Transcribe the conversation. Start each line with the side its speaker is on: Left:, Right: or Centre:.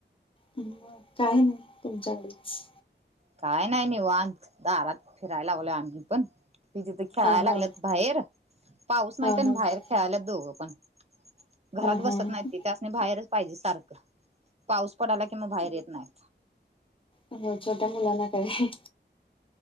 Left: हम्म काय नाही तुमच्याकडेच.
Right: काय नाही निवांत दारात फिरायलावल आमि पण ति जिथे तर खेळायला
Left: हा
Right: लागलेत
Left: हा
Right: बाहेर पाऊस नाहीत
Left: हा
Right: आणि
Left: हा
Right: बाहेर खेळायला दोघ पण घरात
Left: हा हा
Right: बसत नाही तिथे नाही बाहेरच पाहिजे सारखं पाऊस पडाला की मग बाहेर येत नाही.
Left: हम्म छोट्या मुलांना कळे.